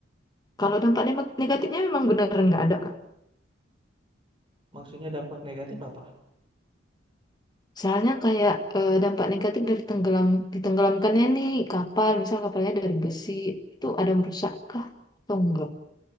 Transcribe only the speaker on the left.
Kalau dampak ne- negatifnya memang beneran nggak ada kak.
Soalnya kayak eh, dampak negatif dari tenggelam ditenggelamkannya nih kapal, misal kapalnya dari besi itu ada merusak kah atau enggak?